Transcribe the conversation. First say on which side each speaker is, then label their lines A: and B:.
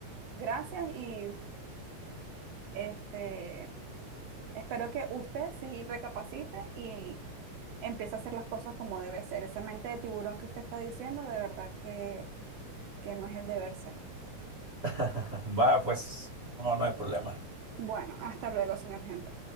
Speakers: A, on the right; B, on the right.
A: Gracias y este, espero que usted sí recapacite y empiece a hacer las cosas como debe ser. Esa mente de tiburón que usted está diciendo, de verdad que, que no es el deber ser.
B: <laughs> Va, pues no, no hay problema.
A: Bueno, hasta luego, señor Henry.